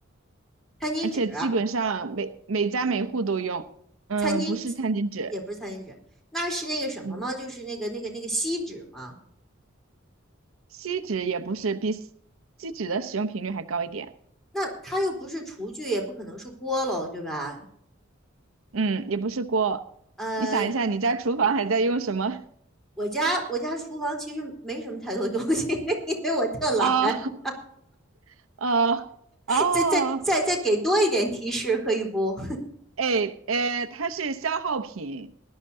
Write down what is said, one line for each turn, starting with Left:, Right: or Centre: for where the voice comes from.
Centre: 餐巾纸、
Right: 而且基本上每每家每户都用，嗯，
Centre: 餐巾
Right: 不是餐巾纸，
Centre: 也不是餐巾纸，那是那个什么吗？
Right: 嗯，
Centre: 就是那个那个那个锡纸吗？
Right: 锡纸也不是，比锡锡纸的使用频率还高一点，
Centre: 那它又不是厨具，也不可能是锅喽，对吧？
Right: 嗯，也不是锅。
Centre: 呃，
Right: 你想一下，你家厨房还在用什么？
Centre: 我家我家厨房其实没什么太多东西，<laughs> 因为我特懒。
Right: 哦，
Centre: <laughs>
Right: <laughs> 哦，哦，
Centre: 再再再再给多一点提示，可以不？
Right: 哎，哎，它是消耗品，